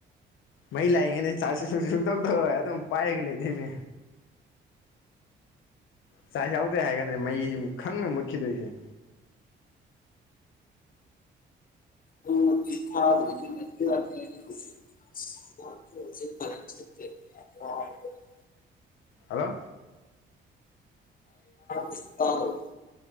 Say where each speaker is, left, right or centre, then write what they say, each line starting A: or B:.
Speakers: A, on the left; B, on the left.
A: ꯃꯩ ꯂꯥꯛꯏꯉꯩꯅꯦ ꯆꯥꯁꯨ ꯁꯨꯝꯁꯨ ꯁꯨꯡ ꯇꯧꯊꯧꯔꯣꯏ ꯑꯗꯨꯝ ꯄꯥꯏꯔꯒ ꯂꯩꯊꯣꯏꯅꯦ ꯆꯥꯛ ꯌꯥꯎꯗꯦ ꯍꯥꯏ ꯀꯥꯟꯗꯅꯦ ꯃꯩ ꯈꯪꯅ ꯃꯨꯠꯈꯤꯗꯣꯏꯁꯦ
B: ꯐꯨꯜꯂꯖꯥꯠꯂ <unintelligible>
A: ꯍꯜꯂꯣ
B: <unintelligible>